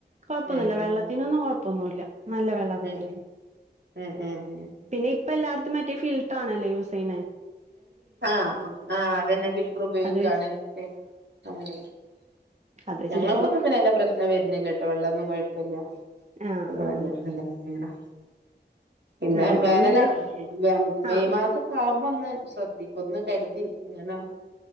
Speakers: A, on the right; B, on the right.
A: കൊഴപ്പൊന്നുമില്ല
B: ഉം ഉം
A: വെള്ളത്തിനൊന്നും കൊഴപ്പൊന്നുല്ല നല്ല വെള്ളൊക്കെ
B: ഉം
A: തന്നെയാ
B: ഉം ഉം ഉം
A: പിന്നെ ഇപ്പ എല്ലാട്ത്തും മറ്റേ ഫിൽട്ടർ ആണല്ലേ യൂസെയ്യനെ
B: ആഹ് ആഹ് അതെന്നെ ഫിൽറ്റർ ഉപയോഗിക്കാണ്
A: അത് വെച്ച്
B: എ ആഹ്.
A: അത് വെച്ചിട്ടിപ്പോ
B: ഞങ്ങൾക്കൊന്നും പിന്നെ പ്രശ്നം വരുന്നില്ല ട്ടോ വെള്ളൊന്നും കെയപ്പല്ല
A: ആഹ്
B: അങ്ങനല്ല
A: ആഹ്
B: അന പിന്നെ
A: ആഹ് ഇപ്പൊ
B: വേനലാ
A: പിന്നെ
B: മെയ്
A: ആഹ്
B: മാസക് ആവുമ്പോ ഒന്ന് ശ്രെദ്ദിക്കും ന്ന് കരുതി കരണം